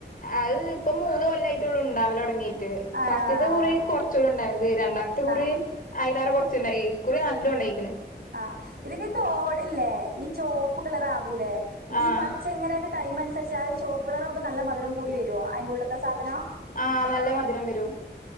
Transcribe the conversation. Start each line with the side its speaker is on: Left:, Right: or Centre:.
Left: അത് ഇപ്പ മൂന്ന് കൊല്ലായിട്ടുള്ളൂ ഇണ്ടാവലൊടങ്ങി ട്ട്
Right: ആഹ്
Left: ഫസ്റ്റ്ത്തെ കുറി കുറച്ചൊള്ളു ഇണ്ടായത് രണ്ടാമത്തെ കുറി
Right: ആഹ്
Left: അയലാറെ കുറച്ച്ണ്ടായി ഇക്കുറി നല്ല ലുണ്ടായിക്ക്ണ്
Right: ആ ഇതൊക്കെ തോടില്ലേ ഈ ചോപ്പ് കളറാവൂലേ ഇത്
Left: ആഹ്
Right: ഈ പച്ച ഇങ്ങനെനെന്നെ കയ് ച്ചാൽ ചോപ്പ് കളറാകുമ്പോ നല്ല മധരം കൂടി വെരും യ്യോ അതിന്റെ ഉള്ള്ത്തേ സാധന
Left: ആഹ് നല്ല മധുരം വരും